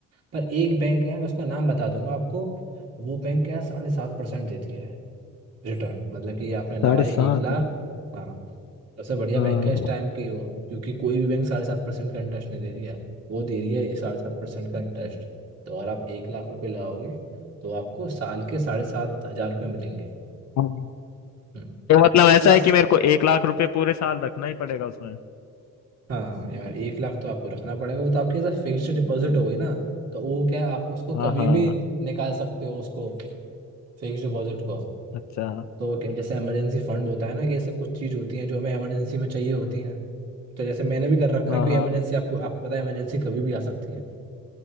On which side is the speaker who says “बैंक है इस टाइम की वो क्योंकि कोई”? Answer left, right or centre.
Right